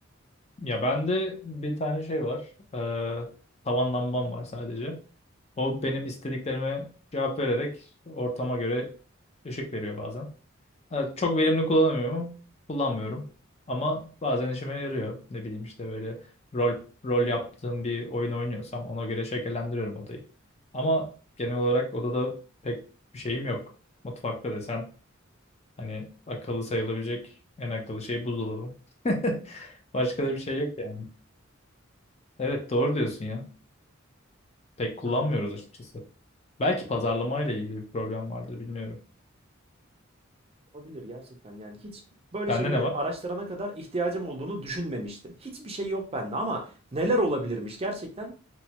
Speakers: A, on the left (about 30°); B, on the right (about 30°).
A: Ya bende bir tane şey var. Ee, tavan lambam var sadece. O benim istediklerime cevap vererek ortama göre ışık veriyor bazen. Evet, çok verimli kullanamıyorum. Kullanmıyorum. Ama bazen işime yarıyor. Ne bileyim işte böyle rol rol yaptığım bir oyun oynuyorsam ona göre şekillendiriyorum odayı. Ama genel olarak odada pek bir şeyim yok. Mutfakta desen Hani akıllı sayılabilecek en akıllı şey buzdolabı. <laughs> Başka da bir şey yok yani. Evet doğru diyorsun ya. Pek kullanmıyoruz
B: An
A: açıkçası. Belki pazarlamayla ilgili bir problem vardır bilmiyorum.
B: olabilir gerçekten. Yani hiç böyle
A: Sende
B: şeyleri
A: ne var?
B: araştırana kadar ihtiyacım olduğunu düşünmemiştim. Hiçbir şey yok bende ama neler olabilirmiş gerçekten